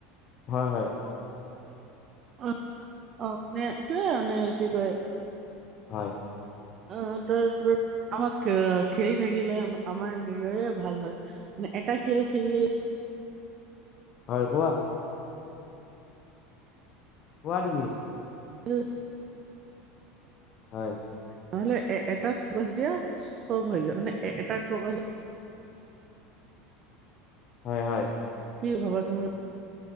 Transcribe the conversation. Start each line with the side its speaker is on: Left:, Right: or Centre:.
Left: হয় হয়।
Right: অ, অ, নে এইয়ে মানে আৰু কি কয়
Left: হয়।
Right: অ, তাৰপ আমাক খেলি থাকিলে আমাৰ নিজৰে ভাল হয়। মানে এটা খেল খেলিই
Left: হয় কোৱা। কোৱা তুমি।
Right: <inaudible>
Left: হয়
Right: নহ'লে এ এটাত ফকাচ দিয়া, চব হৈ যায় মানে এটাত ফকাচ
Left: হয় হয়।
Right: কি ভবা তুমি?